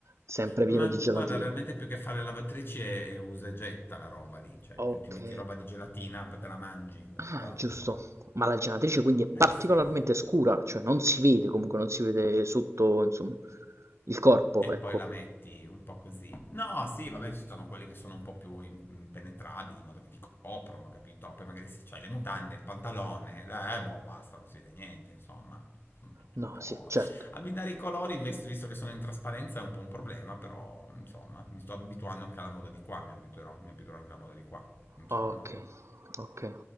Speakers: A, on the right; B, on the left.
A: sempre pieno
B: Ma
A: di
B: guarda,
A: gelatina.
B: realmente più che fare lavatrici è, è usa e getta la roba lì, cioè
A: Okay.
B: tu ti metti roba di gelatina, poi te la mangi, capito?
A: Ah, giusto. Ma la gelatrice quindi è particolarmente
B: Eh sì.
A: scura, cioè non si vede comunque, non si vede sotto, insomma, il corpo,
B: E
A: ecco.
B: poi la metti un po' così. No, sì, vabbè, ci sono quelle che sono un po' più im- impenetrabili, in modo che ti coprono, capito? Poi magari se c'hai le mutande, il pantalone, la- eh, boh, basta, non si vede niente, insomma. Sono tutti
A: No,
B: un po'...
A: sì, certo.
B: Abbinare i colori, invece, visto che sono in trasparenza, è un po' un problema, però, insomma, mi sto abituando anche alla moda di qua, mi abituerò, mi abituerò anche alla moda di qua, insomma.
A: Okay, okay.